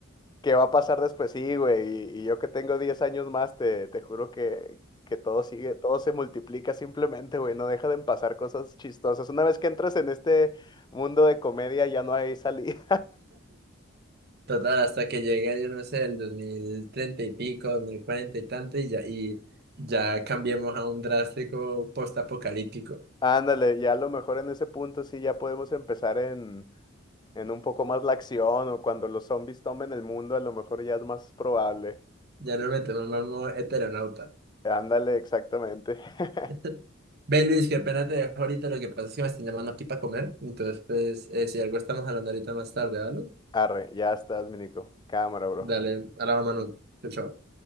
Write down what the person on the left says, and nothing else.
¿Qué va a pasar después? Sí, güey. Y, y yo que tengo 10 años más, te, te juro que, que todo sigue, todo se multiplica simplemente, güey. No deja de pasar cosas chistosas. Una vez que entras en este mundo de comedia, ya no hay salida.
Ándale, ya a lo mejor en ese punto sí ya podemos empezar en, en un poco más la acción o cuando los zombies tomen el mundo, a lo mejor ya es más probable.
Ándale, exactamente. <laughs>
Arre, ya estás, mi Nico. Cámara, bro.